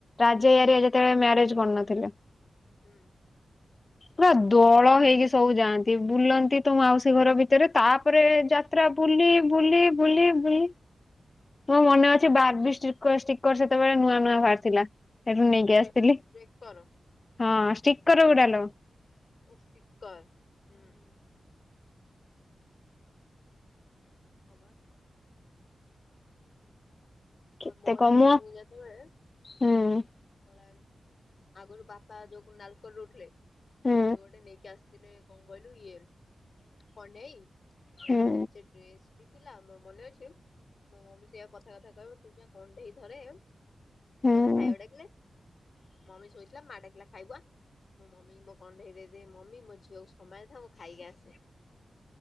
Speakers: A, on the left; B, on the left.
A: ରାଜା ଭାଇ ହେରିଗା ଯେତେବେଳେ ମ୍ୟାରେଜ୍ କରିନଥିଲେ।
B: ହୁଁ।
A: ପୁରା ଦୋଳ ହେଇକି ସବୁ ଯାଆନ୍ତି। ବୁଲନ୍ତି ତ ମାଉସୀ
B: ହୁଁ
A: ଘର ଭିତରେ ତାପରେ ଯା ପୁରା
B: ହୁଁ
A: ବୁଲି ବୁଲି ବୁଲି ବୁଲି, ମୋ ମନେ ଅଛି ବାର୍ବି ସ୍ପିକର ସି ଷ୍ଟିକ୍ ସ୍ଟିକର ସେତେବେଳେ ନୂଆ ନୂଆ ବାହାରି ଥିଲା ସେଠୁ ନେଇକି
B: ଷ୍ଟେ
A: ଆସିଥିଲି।
B: ଟ୍ରେକର
A: ହଁ ଷ୍ଟିକର ଗୁଡାଲୋ।
B: ଓ ସ୍ଟିକର, ହୁଁ। ହଁବା।
A: କେତେ
B: ମୋର
A: କମ
B: ବି ମୁଁ ଯା ସେତବେଳେ
A: ହୁଁ
B: ଆଗରୁ ବାପା ଯୋଉ କ ନଲ୍କୋରେ ରହୁଥିଲେ ସେଠୁ
A: ହୁଁ
B: ଗୋଟେ ନେଇକି ଆସିଥିଲେ କଣ କହିଲୁ ଇଏ କଣ୍ଢେଇ
A: ହୁଁ
B: ତାର ମେଞ୍ଚେ ଡ୍ରେସ୍ ବି ଥିଲା ମୋର ମନେ ଅଛି ମୋ ମମି ସେଇଆକୁ କଥା କଥା ରେ କହିବ ପୂଜା କଣ୍ଢେଇ ଥରେ
A: ହୁଁ
B: ମତେ ଖାଇବା ଡାକିଲେ ମମି ଶୋଇଥିଲା ମା ଡାକିଲା ଖାଇବୁ ଆ, ମୁଁ ମମି ମୋ କଣ୍ଢେଇ ଦେଇ ଦେଇକି ମମି ମୋ ଝିଅକୁ ସମ୍ଭାଳେ ଥା ମୁଁ ଖାଇକି ଆସେ,